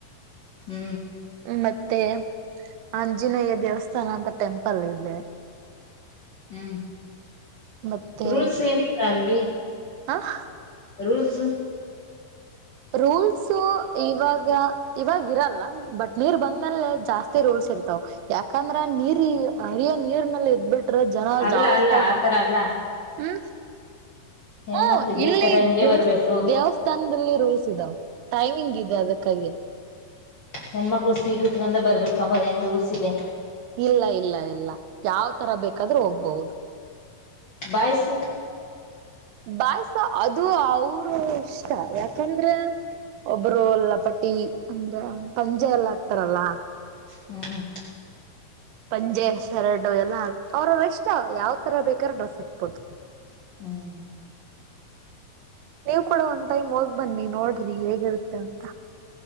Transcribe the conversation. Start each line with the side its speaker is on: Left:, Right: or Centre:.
Left: ಹ್ಮ
Right: ಮತ್ತೆ ಆಂಜನೇಯ ದೇವಸ್ಥಾನ ಅಂತ ಟೆಂಪಲ್ ಇದೆ.
Left: ಹ್ಮ
Right: ಮತ್ತೆ
Left: ರೂಲ್ಸ್ ಏನಿಲ್ಲಾ ಅಲ್ವಿ
Right: ಹ
Left: ರೂಲ್ಸ್
Right: ರೂಲ್ಸು ಇವಾಗ ಇವಾಗ ಇರಲ್ಲ ಬಟ್ ನೀರ್ ಬಂದ ಮೇಲೆ ಜಾಸ್ತಿ ರೂಲ್ಸ್ ಇರ್ತಾವ. ಯಾಕಂದ್ರ ನೀರ್ ಅರಿಯ ನೀರ್ನಲ್ಲಿ ಇದಬಿಟ್ರ ಜನ
Left: ಅಲ್ಲ
Right: ಜಾಸ್ತಿ
Left: ಅಲ್ಲ
Right: ಆಗಿರ್
Left: ಆತರ ಅಲ್ಲ
Right: ಹ್ಮ
Left: ಹೆಣ್ಮಕ್ಳು
Right: ಹಾ
Left: ಇದೇ
Right: ಇಲ್ಲಿ
Left: ತರ ಹಿಂಗೆ
Right: ದೇವ
Left: ಬರ್ಬೇಕು
Right: ದೇವಸ್ಥಾನದಲ್ಲಿ ರೋಲ್ಸಿದಾವ ಟೈಮಿಂಗ್ ಇದೆ ಅದಕ್ಕಾಗಿ
Left: ಹೆಣ್ಮಕ್ಳು ಸೀರೆ ಉಟ್ಟಗಂದ ಬರ್ಬೇಕ ಅನ್ನೋದ ರೂಲ್ಸ್ ಇದೆ.
Right: ಇಲ್ಲ ಇಲ್ಲ ಇಲ್ಲ ಯಾವ ತರ ಬೇಕಾದ್ರೂ ಹೋಗ್ಬಹುದು
Left: ಬಾಯ್ಸ್.
Right: ಬಾಯ್ಸ ಅದು ಅವರು ಇಷ್ಟ ಯಾಕಂದ್ರೆ. ಒಬ್ರು ಲಪಟಿ ಅಂದ್ರೆ ಪಂಜೆ ಎಲ್ಲ ಆಕ್ತಾರಲ್ಲ.
Left: ಹಮ.
Right: ಪಂಜೆ ಶರಟು ಎಲ್ಲಾ ಹಾಕ್ ಅವ್ರ ಇಷ್ಟ ಯಾವ್ ತರ ಬೇಕಾದಾರ ಡ್ರೆಸ್ ಹಾಕ್ಬೋದು.
Left: ಹ್ಮ್.
Right: ನೀವ್ ಕೂಡ ಒಂದ್ ಟೈಮ್ ಹೋಗ್ ಬನ್ನಿ ನೋಡ್ರಿ ಹೇಗಿರುತ್ತೆ ಅಂತ.